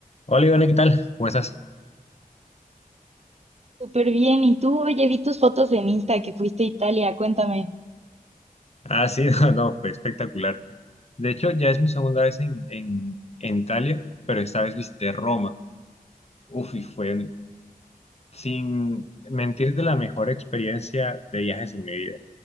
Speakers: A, on the left; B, on the right.
A: Hola Iván, ¿qué tal? ¿Cómo estás?
B: Súper bien. ¿Y tú? Oye, vi tus fotos en Insta que fuiste a Italia. Cuéntame.
A: Ah, sí, <laughs> no, no, fue espectacular. De hecho, ya es mi segunda vez en, en, en Italia, pero esta vez visité Roma. Uf, y fue, sin mentir, de la mejor experiencia de viajes en mi vida.